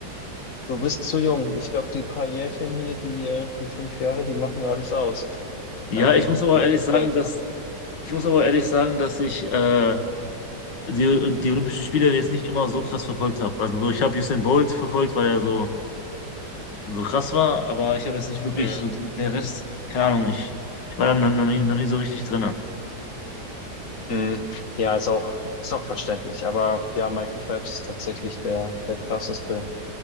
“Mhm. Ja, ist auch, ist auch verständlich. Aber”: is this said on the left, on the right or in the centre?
Left